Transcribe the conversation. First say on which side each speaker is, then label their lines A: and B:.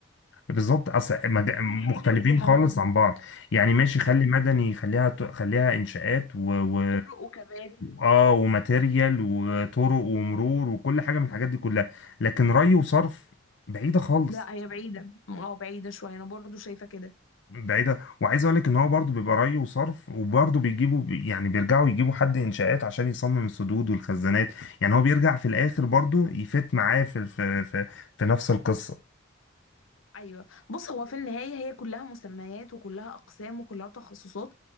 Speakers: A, on the left; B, on the left.
A: بالظبط اصل مد-
B: دي
A: مختلفين
B: حاجة ودي حاجة
A: خالص عن بعض يعني ماشي خلي
B: أيوة
A: مدني خليها ت- خليها انشاءات و, و...
B: طرق وكباري
A: اه وماتيريال وطرق ومرور وكل حاجه من الحاجات دي كلها لكن ري وصرف بعيده خالص
B: لا هي بعيدة اه بعيدة شوية أنا برضو شايفة كده
A: بعيده وعايز اقول لك ان هو برضو بيبقى ري وصرف وبرضو بيجيبوا يعني بيرجعوا يجيبوا حد انشاءات عشان يصمم السدود والخزانات يعني هو بيرجع في الاخر برضو يفت معاه في في في, في نفس القصه
B: ايوه بص هو في النهايه هي كلها مسميات وكلها اقسام وكلها تخصصات